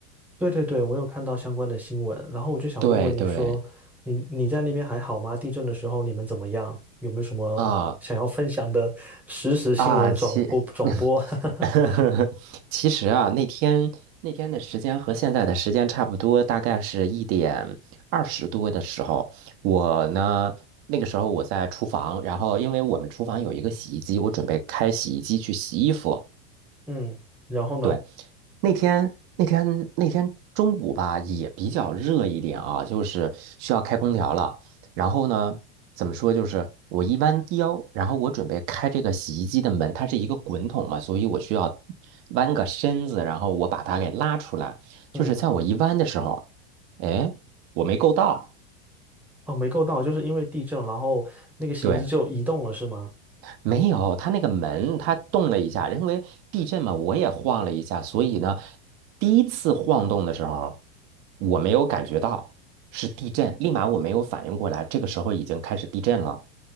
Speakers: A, in the centre; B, on the right.
A: 对对对，我有看到相关的新闻，然后我就想问问你说，
B: 对对，
A: 你你在那边还好吗？地震的时候你们怎么样？有没有什么想要分享的实时新闻转播转播？
B: 啊啊，其 <laughs> <laughs>
A: <laughs>
B: 其实啊，那天那天的时间和现在的时间差不多，大概是一点二十多的时候，我呢那个时候我在厨房，然后因为我们厨房有一个洗衣机，我准备开洗衣机去洗衣服。
A: 嗯，然后呢？
B: 对，那天那天那天中午吧，也比较热一点啊，就是需要开空调了。然后呢，怎么说，就是我一弯腰，然后我准备开这个洗衣机的门，它是一个滚筒嘛，所以我需要弯个身子，然后我把它给拉出来。就是在我一弯的时候，
A: 嗯，
B: 哎，我没够到，
A: 哦，没够到，就是因为地震，然后那个洗衣机就移动了，
B: 对，
A: 是吗？
B: 没有，它那个门它动了一下，因为地震嘛，我也晃了一下，所以呢，第一次晃动的时候，我没有感觉到是地震，立马我没有反应过来，这个时候已经开始地震了。